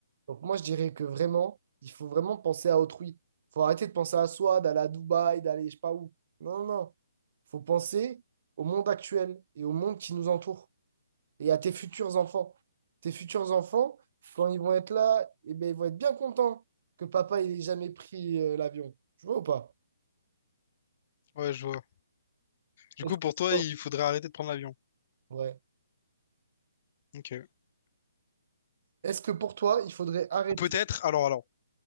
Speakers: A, on the right; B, on the left.
A: Donc moi, je dirais que vraiment, il faut vraiment penser à autrui. faut arrêter de penser à soi, d'aller à Dubaï, d'aller je sais pas où. Non, non, non. faut penser au monde actuel et au monde qui nous entoure et à tes futurs enfants. Tes futurs enfants, quand ils vont être là, eh ben, ils vont être bien contents que papa il ait jamais pris euh, l'avion. Tu vois ou pas?
B: Ouais, je vois. Du
A: Est-ce
B: coup, pour toi,
A: que...
B: il faudrait arrêter de prendre l'avion.
A: Ouais.
B: Ok.
A: Est-ce que pour toi, il faudrait arrêter...
B: Ou peut-être, alors, alors,